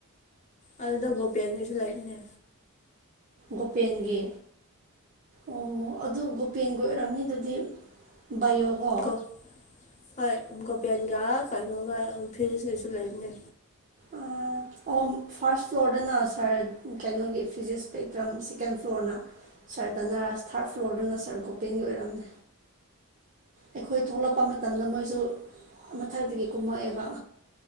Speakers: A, on the left; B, on the right.
A: ꯑꯗꯨꯗ ꯣ ꯄꯤꯌꯥꯒꯤꯁꯨ ꯂꯩꯥꯏꯅꯦ
B: ꯒꯣꯄꯦꯟꯒꯤ ꯑꯣ ꯑꯗꯨ ꯒꯣꯄꯦꯟꯒꯤ ꯑꯣꯏꯔꯝꯅꯤ ꯑꯗꯨꯗꯤ ꯌꯒ
A: ꯒꯣ ꯍꯣꯏ ꯒꯣꯄꯌꯥꯟꯒ ꯀꯩꯅꯣꯒ ꯐꯤꯔꯤꯁ ꯀꯩꯁꯨ ꯂꯩꯕꯅꯦ
B: ꯑꯣ ꯑꯣ ꯐꯥꯔꯁ ꯐ꯭ꯂꯣꯔꯗꯅ ꯁꯥꯔ ꯀꯩꯅꯣꯒꯤ ꯐꯤꯖꯤꯛꯁ ꯄꯩꯇ꯭ꯔꯝ ꯁꯦꯀꯦꯟ ꯐ꯭ꯂꯣꯔꯅ ꯁꯥꯔ ꯙꯅꯔꯥꯖ ꯊꯥꯔꯠ ꯐ꯭ꯂꯣꯔꯗꯨꯅ ꯁꯥꯔ ꯒꯣꯄꯦꯟꯒꯤ ꯑꯣꯏꯔꯝꯃꯦ ꯑꯩꯈꯣꯏ ꯊꯣꯛꯂꯛꯄ ꯃꯇꯝꯗ ꯃꯣꯏꯁꯨ ꯃꯊꯛꯇꯒꯤ ꯀꯨꯝꯃꯛꯑꯦꯕ